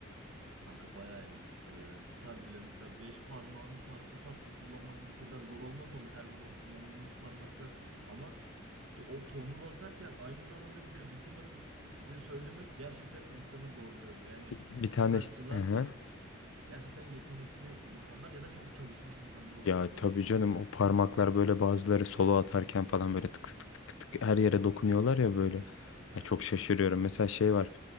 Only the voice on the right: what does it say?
Kanka bayağı emek istiyor ya. Gitar bile mesela 5 parmağını farklı farklı kullanmak bu kadar zor olmamalı. Her zaman kullandığımız parmaklar ama to- o tonu basarken aynı zamanda bir de ritim atıp bir de söylemek gerçekten insanı zorluyor. Yani
gitarcılar
falan gerçekten yetenekli insanlar ya da çok çalışmış insanlar olması
lazım.
Evet.